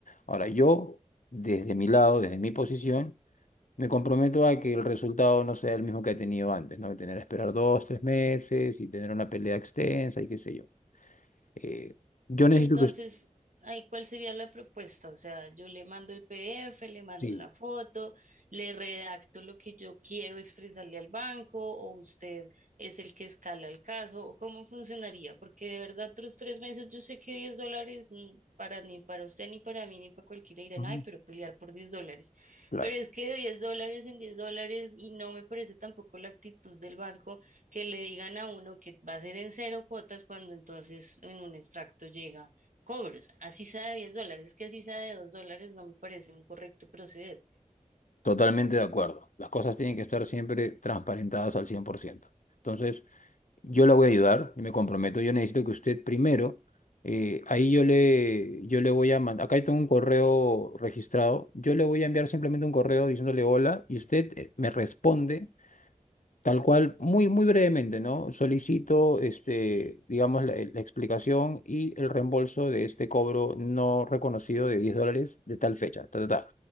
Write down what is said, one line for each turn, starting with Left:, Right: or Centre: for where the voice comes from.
Left: Ahora, yo, desde mi lado, desde mi posición, me comprometo a que el resultado no sea el mismo que he tenido antes, ¿no? Tener que esperar dos, tres meses y tener una pelea extensa y qué sé yo. Eh, yo necesito
Right: Y entonces,
Left: que...
Right: ahí cuál sería la propuesta. O sea, yo le mando el PDF, le mando
Left: Sí,
Right: la foto, le redacto lo que yo quiero expresarle al banco, o usted es el que escala el caso, o cómo funcionaría, porque de verdad otros tres meses yo sé que diez dólares mm, para ni para usted, ni para mí, ni para cualquiera dirán,
Left: ujú,
Right: ay, pero pelear por 10 dólares.
Left: claro,
Right: Pero es que de 10 dólares en 10 dólares, y no me parece tampoco la actitud del banco que le digan a uno que va a ser en cero cuotas cuando entonces en un extracto llega cobros, así sea de 10 dólares, es que así sea de 2 dólares no me parece un correcto proceder.
Left: totalmente de acuerdo. Las cosas tienen que estar siempre transparentadas al 100%. Entonces, yo la voy a ayudar, y me comprometo. Yo necesito que usted primero, eh, ahí yo le, yo le voy a mandar, acá tengo un correo registrado, yo le voy a enviar simplemente un correo diciéndole hola y usted eh, me responde Tal cual, muy, muy brevemente, ¿no? Solicito, este, digamos, la, la explicación y el reembolso de este cobro no reconocido de 10 dólares de tal fecha. Ta, ta, ta.